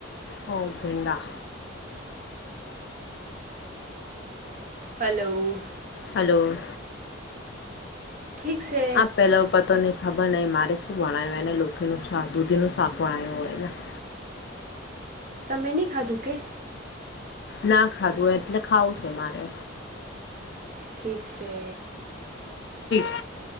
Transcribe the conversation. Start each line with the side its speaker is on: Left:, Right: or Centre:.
Left: ઓ ભીંડા.
Right: હલો.
Left: હલો.
Right: ઠીક છે
Left: આપ પેલા પતો ન. ખબર નને મારે શું વણાયું એને લોનું દૂધીનું શાક વણાયું એને. <inaudible>
Right: તમેં નહી ખાધું કે?
Left: ના ખાધું એટલે ખાવું છે મારે.
Right: ઠીક છે.
Left: હૈ